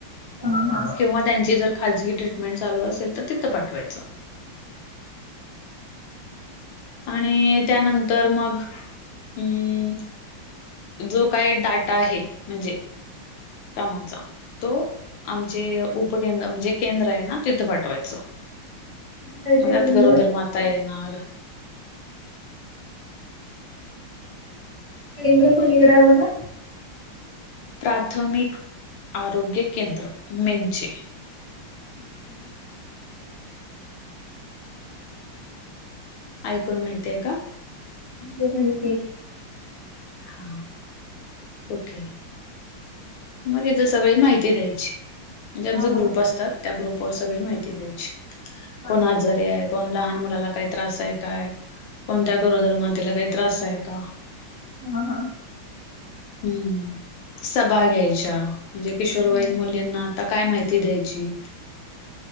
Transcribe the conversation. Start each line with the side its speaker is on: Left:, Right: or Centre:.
Right: हा हा
Left: किंवा त्यांची जर खाजगी ट्रीटमेंट चालू असेल तर तिथं पाठवायचं आणि त्यानंतर मग अम् जो काय डाटा आहे म्हणजे कामाचा तो आमचे उप उपकें म्हणजे केंद्र आहे ना तिथ पाठवायचं
Right: काय
Left: म
Right: ते
Left: त्यात
Right: केंद्र?
Left: गरोदर माता ता येनार
Right: केंद्र कोणीकड हाय म्हणला
Left: प्राथमिक आरोग्य केंद्र मेंचे
Right: <unintelligible> <inaudible>
Left: ऐकून माहितीय का
Right: बघू या की
Left: हा ओके मग तिथं सगळी माहिती द्यायची, म्हणजे आमचा
Right: हां, हां.
Left: ग्रुप असतात, त्या ग्रुपवर सगळी माहिती द्यायची.
Right: हां,
Left: कोण
Right: हां.
Left: आजारी आहे कोण लहान मुलाला काही त्रास आहे काय, कोणत्या गरोदर मातेला काही त्रास आहे का?
Right: हा हा
Left: हम्म, सभा घ्यायच्या, म्हणजे किशोरवयीन
Right: हां.
Left: मुलींना आता काय माहिती द्यायची?